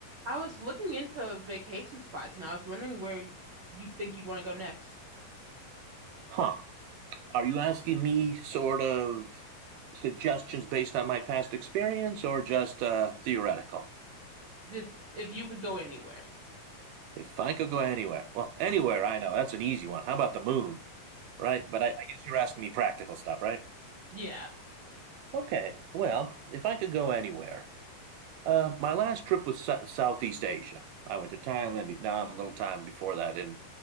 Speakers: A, on the right (about 60°); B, on the right (about 80°).
A: I was looking into vacation spots and I was wondering where you'd think you'd want to go next.
B: Huh. Are you asking me sort of suggestions based on my past experience or just uh, theoretical?
A: Just if you could go anywhere.
B: If I could go anywhere, well, anywhere, I know, that's an easy one. How about the moon? Right? But I, I guess you're asking me practical stuff, right?
A: Yeah.
B: Okay, well, if I could go anywhere, uh, my last trip was sou- Southeast Asia. I went to Thailand, Vietnam, a little time before that in